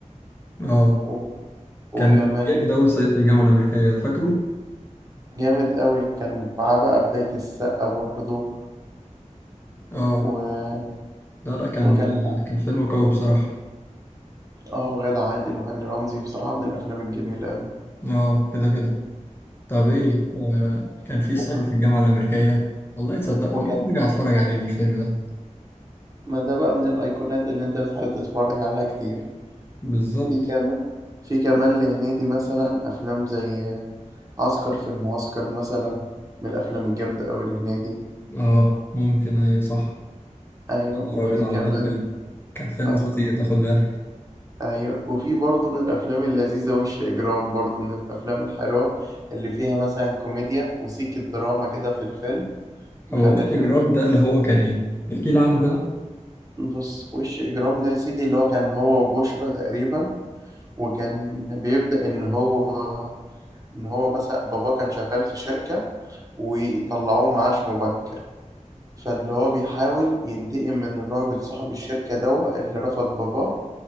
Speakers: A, on the left (about 15°); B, on the right (about 25°).
A: اه
B: و... وكمان
A: كان جامد أوي صعيدي في الجامعة الأمريكية ده فاكره؟
B: جامد قوي كان معاه بقى بدايه السقا برضه
A: اه
B: و...
A: لا لا كان
B: وكان
A: كان فيلم قوي بصراحة
B: اه وغادة عادل وهاني رمزي بصراحة من الأفلام الجميلة أوي
A: اه كده كده طب ايه آه كان في
B: و-
A: صعيدي في الجامعة الأمريكية والله تصدق أنا
B: وكان
A: ممكن أرجع أتفرج عليه الفيلم ده
B: ما ده بقى من الأيقونات اللي أنت بتحب تتفرج عليها كتير
A: بالظبط
B: في كمان في كمان لهنيدي مثلا أفلام زي عسكر في المعسكر مثلا من الأفلام الجامدة أوي لهنيدي
A: اه ممكن أيوه صح
B: أيوة
A: يا نهار
B: وفي
A: أبيض على
B: كمان
A: ده فيلم كان فيلم
B: اه
A: خطير ده خد بالك
B: أيوة وفي برضه من الأفلام اللذيذة وش إجرام برضه من الأفلام الحلوة اللي فيها مثلا كوميديا وسيك الدراما كده في الفيلم مخليه
A: أبو وش
B: الفيلم
A: جرام ده اللي هو كان ايه؟ احكي لي عنه كده
B: بص وش اجرام ده يا سيدي اللي هو كان هو وبشرى تقريبا وكان بيبدأ ان هو ان هو مثلا باباه كان شغال في شركة وطلعوه معاش مبكر فاللي هو بيحاول ينتقم من الراجل صاحب الشركة دوا اللي رفض باباه